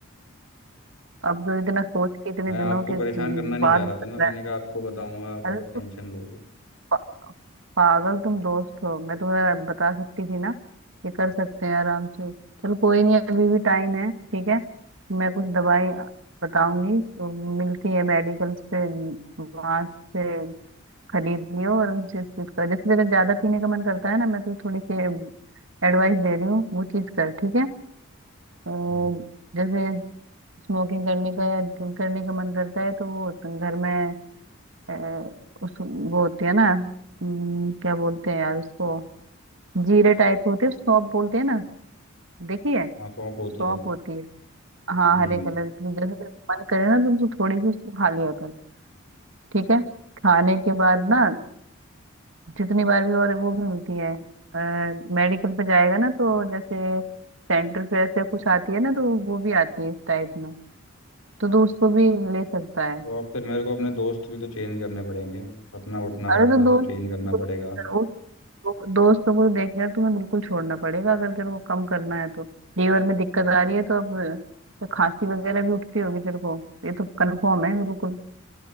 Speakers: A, on the right; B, on the left.
A: अब तो इतना सोच के इतने
B: मैं आपको
A: दिनों के
B: परेशान करना नहीं
A: बाद
B: चाह रहा
A: बता
B: था ना मैंने
A: रहा
B: कहा आपको बताऊंगा आप
A: है अरे
B: और टेंशन
A: तो
B: लोगे
A: पा, पागल तुम दोस्त हो मैं तुम्हें बता सकती थी ना ये कर सकते हैं आराम से चलो कोई नहीं अभी भी टाइम है ठीक है मैं कुछ दवाई बताऊंगी तो मिलती है मेडिकल पे वहां से खरीद लियो और उनसे चीज कर जैसे तेरा ज्यादा पीने का मन करता है ना मैं तो थोड़ी सी एडवाइस दे रही हूँ वो चीज कर ठीक है और
B: हाँ
A: जैसे स्मोकिंग करने का या ड्रिंक करने का मन करता है तो वो तो घर में अ, उस वो होती है ना अम, क्या बोलते हैं यार उसको जीरे टाइप होते हैं सौंफ बोलते हैं ना देखी है
B: आँख ऑफ होती
A: सौंफ
B: है
A: होती है हाँ
B: हम्म
A: हरे कलर की जैसे तेरा मन करे ना तो तू थोड़ी सी उसको खा लिया कर ठीक है खाने के बाद ना जितनी बार भी और वो भी मिलती है मेडिकल पे जाएगा ना तो जैसे सेंटर फेयर से कुछ आती है ना तो वो भी आती है इस टाइप में तो तू उसको भी ले सकता है
B: तो आप फिर मेरे को अपने दोस्त भी तो चेंज करने पड़ेंगे अपना उठना
A: अरे
B: बैठना
A: तो दोस्त
B: सब चेंज करना
A: दोस्त
B: पड़ेगा
A: दो- दोस्तों को देख यार तुम्हें बिल्कुल छोड़ना पड़ेगा अगर तेरे को कम करना है तो लीवर में दिक्कत आ रही है तो अब तो खांसी वगैरह भी उठती होगी तेरे को ये तो कंफर्म है बिल्कुल